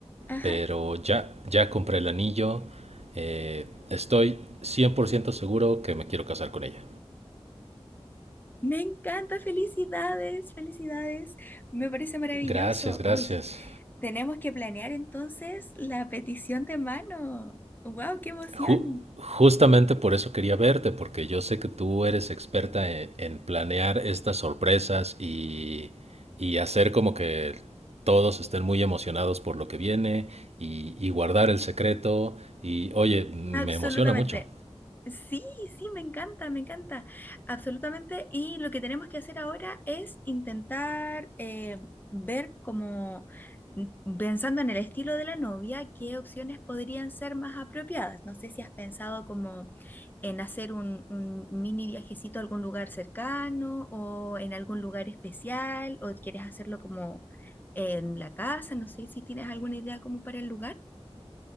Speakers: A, on the left; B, on the right.
A: Ajá.
B: pero ya, ya compré el anillo. eh, estoy 100% seguro que me quiero casar con ella.
A: Me encanta, felicidades, felicidades. Me parece maravilloso.
B: Gracias, gracias.
A: Uy, tenemos que planear entonces la petición de mano. ¡Wow, qué emoción!
B: Ju- justamente por eso quería verte, porque yo sé que tú eres experta en, en planear estas sorpresas y, y hacer como que todos estén muy emocionados por lo que viene y, y guardar el secreto. Y oye, me
A: Absolutamente.
B: emociona mucho.
A: Sí, sí, me encanta, me encanta. Absolutamente. Y lo que tenemos que hacer ahora es intentar eh, ver como, mm, pensando en el estilo de la novia, qué opciones podrían ser más apropiadas. No sé si has pensado como en hacer un, un mini viajecito a algún lugar cercano o en algún lugar especial o quieres hacerlo como en la casa. No sé si tienes alguna idea como para el lugar.